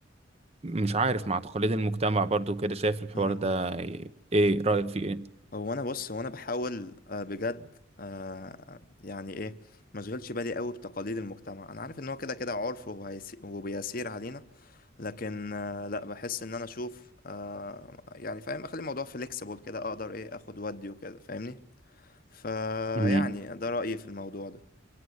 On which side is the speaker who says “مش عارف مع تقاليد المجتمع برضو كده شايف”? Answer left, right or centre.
Right